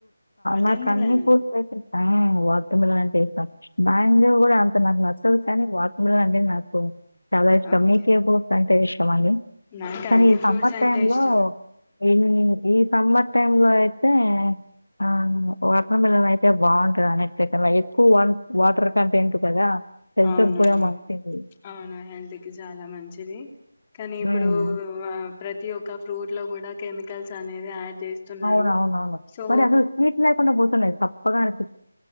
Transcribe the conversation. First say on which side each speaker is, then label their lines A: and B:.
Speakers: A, on the left; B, on the left.
A: వాటర్
B: నాకన్నీ
A: మిలన్
B: ఫ్రూట్స్ వాటర్ మిలన్ అంటే ఇస్తాం బ్యాంగో కూడా అంత నాకు నచ్చదు కానీ వాటర్ గువా అండి నాకు చాలా ఇష్టం
A: ఓకే
B: మీకే ఫ్రూ వేషాం అండి
A: నాకు
B: కానీ
A: అన్ని
B: సమ్మర్
A: ఫ్రూట్స్ అంటే
B: టైం
A: ఇష్టం
B: లో <inaudible> ఈ సమ్మర్ టైమ్ లో అయితే ఆ వాటర్ మిలన్ అయితే బావుంటంది అన్నిటికన్నా ఎక్కువ వాటర్ కంటెంటు కదా హెల్త్‌కి
A: అవును
B: గూడా
A: అవును
B: మంచిది.
A: అవునా హెల్త్ కి చాలా మంచిది. కాని ఇప్పుడు
B: హ్మ్.
A: వ ప్రతి ఒక ఫ్రూట్ లో కూడా కెమికల్స్ అనేది యాడ్ చేస్తున్నారు
B: అవునవునవును
A: సో
B: మరి అసలు స్వీట్ లేకుండా పోతున్నాయి పగాట్టి